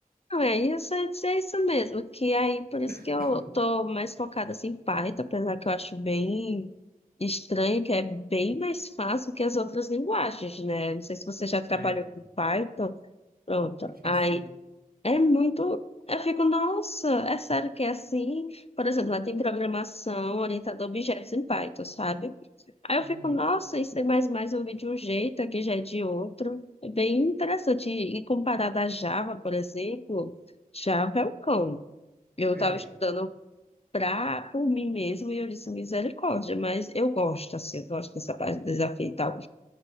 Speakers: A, on the left; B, on the right.
A: Não, é isso, é isso mesmo, que aí por isso
B: <coughs>
A: que eu tô mais focada assim, em Python, apesar que eu acho bem estranho, que é bem mais fácil que as outras linguagens, né? Não sei se você já trabalhou
B: É.
A: com Python. Pronto.
B: Já
A: aí
B: sim.
A: É muito. Eu fico, nossa, é sério que é assim? Por exemplo, lá tem programação orientada a objetos em Python, sabe? Aí eu
B: Uhum.
A: fico, nossa, isso é mais mais eu vi de um jeito, aqui já é de outro. É bem interessante. E e comparado à Java, por exemplo, Java é o cão. Eu
B: É.
A: estava estudando pra, por mim mesmo e eu disse misericórdia, mas eu gosto, assim, eu gosto dessa parte do desafio e tal.